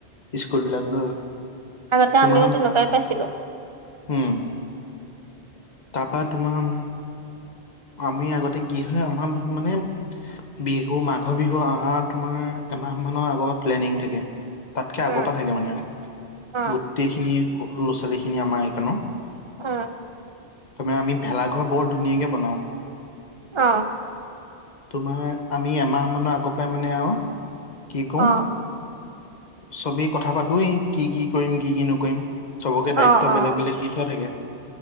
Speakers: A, on the left (about 40°); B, on the right (about 35°).
A: স্কুল বিলাক <inaudible>
B: আগতে
A: তোমাৰ
B: আমিও তেনেকুৱাই পাইছিলোঁ।
A: উম, তাৰপা তোমাৰ আমি আগতে কি হয় আমাৰ মানে, বিহু মাঘৰ বিহু অহা তোমাৰ এমাহ মানৰ আগৰ প্লেনিং থাকে। তাতকে আগৰ
B: উম
A: পৰা থাকে মানে আৰু।
B: অ
A: গোটেইখিনি ল'ৰা ছোৱালী খিনি আমাৰ এইকণনৰ।
B: অ,
A: তাৰমানে আমি ভেলাঘৰ বৰ ধুনীয়াকে বনাও,
B: অ,
A: তোমাৰ আমি এমাহ মানৰ আগৰ পৰাই মানে আৰু কি কওঁ
B: অ,
A: চবেই কথা পাতোয়েই, কি কি কৰিম কি কি নকৰিম। চবকে দায়িত্ব
B: অ অ
A: বেলেগ বেলেগ দি থোৱা থাকে।